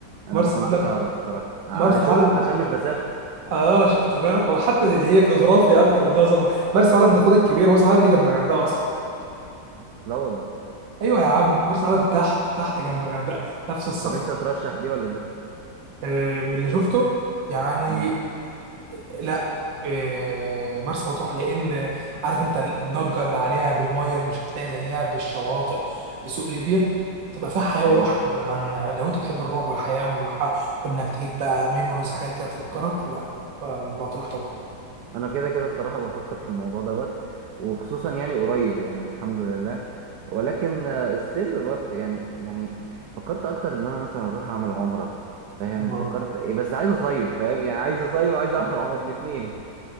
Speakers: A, on the right; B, on the right.
A: انا
B: مرسى
A: ما كنتش
B: علم
A: اعرف بصراحه ع-
B: مرسى
A: شفت
B: علم
A: عشان مش بسافر
B: اه شفت بقى وحتى دي هي جغرافيا اكتر من انها سفر مرسى علم ده خد الكبير مرسى علم دي جنب الغردقه اصلا
A: لا والله
B: ايوه يا عم مرسى علم تحت تحت جنب الغردقه نفس الصف
A: طب انت ترشح دي ولا دي
B: آه من اللي شفته يعني
A: اه
B: لا إيه، مرسى مطروح لان عارف انت الضجه اللي عليها بالميه اللي مش هتلاقي زيها بالشواطئ بسوق ليبيا هتبقى فيها حياه
A: اه
B: وروح عن عن- لو انت بتحب الروح والحياه والح... وانك تجيب بقى ميموريز حاجات كده تفكرك لا مطروح طبعا
A: انا كده كده بصراحه بفكر في الموضوع دوت وخصوصا يعني قريب يعني الحمد لله ولكن ستيل برضه يعني يعني فكرت اكتر ان انا مثلا اروح اعمل عمره فاهم
B: الله
A: فكرت إيه، بس عايز اصيف فاهم يعني عايز اصيف وعايز اعمل عمره الاثنين